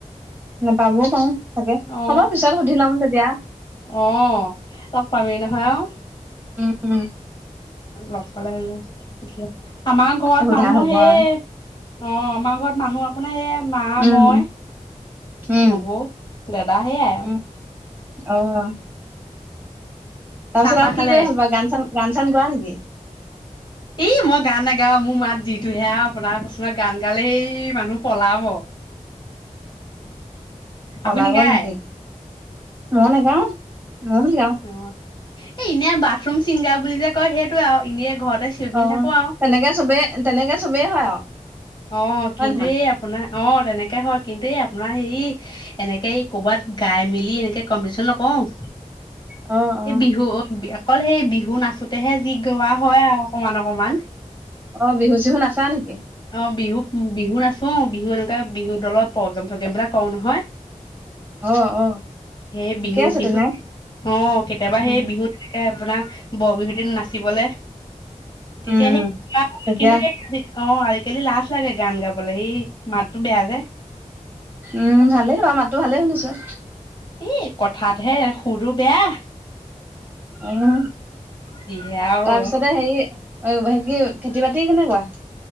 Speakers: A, on the right (about 15°); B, on the left (about 35°).
A: নোপাবও পাৰো চাগে
B: অ
A: হ'ব পিছত সুধি লম তেতিয়া।
B: অ' লগ পামেই নহয় আৰু
A: উম, উম।
B: লগ পালে <unintelligible> আমাৰ ঘৰত
A: সোধা
B: মানুহ
A: হ'ব
B: সেয়ে
A: আৰু
B: অ' আমাৰ ঘৰত মানুহ আ আপোনাৰ এইয়া মা,
A: উম,
B: মই,
A: উম,
B: নবৌ, দাদা সেয়াই আৰু
A: উম, অ', তাৰপিছত
B: চাহ তাহ
A: আৰু
B: খালে
A: কি কৰি ভাল পোৱা গান চান, গান চান গোৱা নেকি?
B: এই মই গান নাগাও মোৰ মাত যিটো হেয়া আপোনাৰ <unintelligible> গান গালে সেই মানুহ পলাব।
A: অ'পলাব
B: আপুনি গায়
A: নেকি? মই নেগাও মই <unintelligible>
B: অ' এ এনেই বাথৰুম চিংগাৰ বুলি যে কয় সেইটো আৰু এনেই ঘৰতে চিঞৰি মেলি
A: অ'তেনেকে
B: থাকো আৰু
A: চবেই, তেনেকে চবেই হয় আৰু
B: অ'কিন্তু
A: হয় নহয়?
B: এই আপোনাৰ অ'তেনেকে হয় কিন্তু এই আপোনাৰ হেৰি এনেকে এই ক'বাত গাই মেলি এনেকে কম্পিটিচন কওঁ
A: অ' অ'
B: এই বিহু অকল সেই বিহু নাচোতেহে যি গোৱা হয় আও অকমান, অকমান।
A: অ' বিহু চিহু নাচা নেকি?
B: অ'বিহু-বিহু নাচো বিহু এনেকুৱা বিহুৰ দলত প্ৰগ্ৰেম -চগ্ৰেম বিলাক কৰোঁ নহয়
A: অ' অ'
B: সেই
A: ঠিকে
B: বিহু
A: আছে
B: চিহুত
A: তেনে
B: অঁ কেতিয়াবা
A: উম,
B: সেই বিহুত- তেনেকে আপোনাৰ বৰ বিহুতিত নাচিবলে- তেতিয়া
A: উম,
B: সেই
A: তেতিয়া
B: কিন্তু অঁ আৰ- কেলে লাজ লাগে গান গাবলৈ সেই মাতো বেয়া যে-
A: উমঁ ভালে বাৰু মাতো ভালে শুনিছোঁ।
B: এ কথাতহে সুৰো বেয়া-
A: অঁ
B: যিহে আৰু
A: তাৰপিছতে হেৰি- অঁ হে কি খেতি বাতি কেনেকুৱা?